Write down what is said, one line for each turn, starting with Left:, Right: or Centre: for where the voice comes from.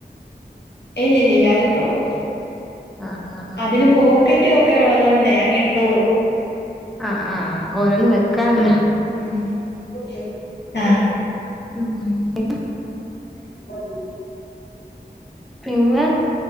Left: ഇല്ല ഇല്ല ഇല്ലാതിട്ടോളൂ
Centre: ആ, ആ, ആ.
Left: അതിന് പോക്കറ്റും ഒക്കെ ഉള്ളത് കൊണ്ടേ അങ് ഇട്ടോളൂ
Centre: ആഹ് ആഹ് ഓരോന്നും വെക്കാറിലോ
Left: ഉം ഉം <unintelligible> ആഹ്
Centre: ഉം ഉം
Left: <inaudible>
Centre: പിന്നെ